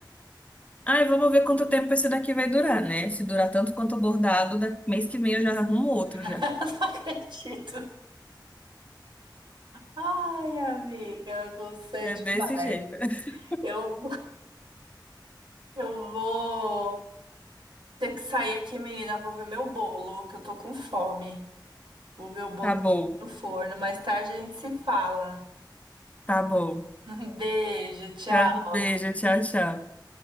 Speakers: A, on the left; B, on the right.
A: Ai, vamos ver quanto tempo esse daqui vai durar, né? Se durar tanto quanto o bordado, da- mês que vem eu já arrumo outro
B: eu
A: já.
B: não acredito. Ai, amiga, você
A: É
B: é demais.
A: desse jeito. <laughs>
B: Eu, eu vou ter que sair aqui, menina, vou ver meu bolo, que eu tô com fome. Vou ver o bolo
A: Tá
B: que
A: bom,
B: tá no forno, mais tarde a gente se fala. <laughs>
A: tá bom.
B: Um beijo, tchau.
A: Tá, Beijo, tchau, tchau.